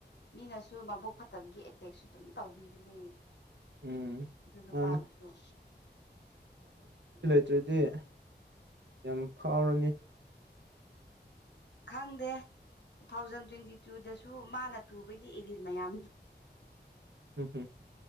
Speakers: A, on the left; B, on the right.
A: ꯃꯤꯅꯁꯨ ꯃꯕꯣꯛ ꯐꯠꯇꯕꯒꯤ ꯑꯦꯇꯦꯛꯁꯨ ꯑꯗꯨꯝ ꯇꯧꯕꯤꯒꯅꯤ
B: ꯎꯝ
A: ꯑꯗꯨꯗ
B: ꯃꯥꯅꯦ
A: ꯄꯥꯕꯁꯨꯣ
B: ꯇ꯭ꯔꯗꯤ ꯌꯥꯝ ꯐꯥꯎꯔꯅꯤ
A: ꯈꯪꯗꯦ ꯇꯨ ꯊꯥꯎꯖꯟ ꯇ꯭ꯋꯦꯟꯇꯤ ꯇꯨꯗꯁꯨ ꯃꯥꯅ ꯇꯨꯕꯒꯤ ꯑꯦꯔꯤꯁ ꯃꯌꯥꯝꯗꯣ
B: ꯍꯝ ꯍꯨꯝ